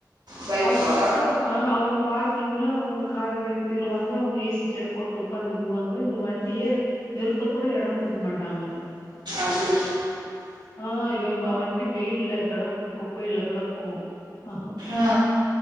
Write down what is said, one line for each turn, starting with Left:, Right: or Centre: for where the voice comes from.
Right: பைக்கா
Left: அவுங்க பாத்தா ஆஹ் அவுங்க பார்க்கிங்ல அவுங்க கார நிற் திருவாங்க அவுங்க ஏசி சேர் போட்டு உக்காந்துக்குவாங்க இந்த வண்டிய நிறுத்தக் கூட எடோ குடுக்க மாட்டாங்க
Right: அச்சோ
Left: ஆஹ் இவ ப வண்டி வெயில்ல கடக்கு குப்பைல கடக்கு அ
Right: ஆ